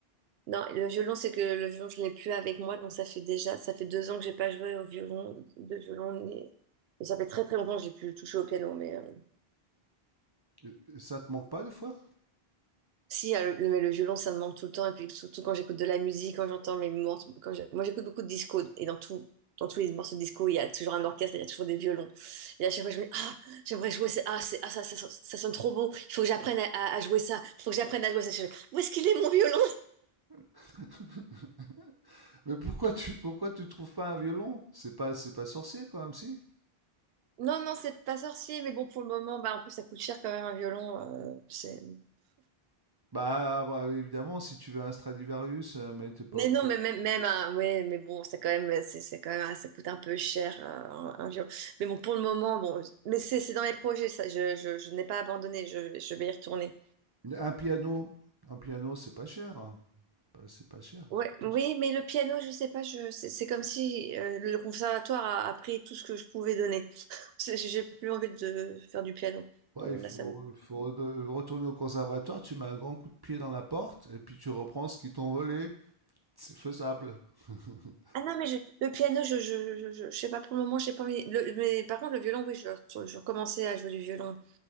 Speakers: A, on the right; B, on the right.
A: Non, le violon, c'est que le violon, je l'ai plus avec moi, donc ça fait déjà, ça fait deux ans que j'ai pas joué au violon, de violon, ni- et, ça fait très très longtemps que j'ai plus touché au piano, mais euh,
B: Et- et Ça te manque pas des fois?
A: si, euh, le, mais le violon, ça me manque tout le temps, et puis surtout quand j'écoute de la musique, quand j'entends mes morceaux, quand j'ai- moi j'écoute beaucoup de disco, et dans tout, dans tous les morceaux de disco, il y a toujours un orchestre, il y a toujours des violons, et à chaque fois je me dis, ah, j'aimerais jouer, c'est, ah, c'est, ah, ça, ça, sonne ça sonne trop beau, il faut que j'apprenne à, à- à jouer ça, il faut que j'apprenne à jouer ça, Je fais, où est-ce qu'il est mon violon?
B: <laughs> Mais pourquoi tu pourquoi tu trouves pas un violon? C'est pas c'est pas sorcier quand même si?
A: Non, non, c'est pas sorcier, mais bon, pour le moment, bah, en plus, ça coûte cher quand même un violon. euh, c'est...
B: Bah, bah, évidemment si tu veux un Stradivarius euh, mais t'es pas
A: Mais non, mais même, même un, ouais, mais bon, ça quand même, c'est c'est quand même, ça coûte un peu cher, euh, un, un violon. Mais bon, pour le moment, bon, mais c'est c'est dans les projets, ça, je, je, je n'ai pas abandonné, je, je vais y retourner.
B: Un piano, un piano, c'est pas cher, hein. Bah, c'est pas cher.
A: Ouais,
B: c'est pas
A: oui,
B: cher.
A: mais le piano, je sais pas, je, c'est c'est comme si euh, le conservatoire a, a pris tout ce que je pouvais donner. C'est- J'ai plus envie de faire du piano.
B: Ouais,
A: Bon,
B: il faut,
A: là, ça me...
B: il faut re- retourner au conservatoire, tu mets un grand coup de pied dans la porte et puis tu reprends ce qu'ils t'ont volé. C'est faisable. <laughs>
A: Ah non, mais je- le piano, je, je, je, je, je sais pas pour le moment, j'ai pas envie. le- mais par contre, le violon, oui, je, je, je recommençais à jouer du violon.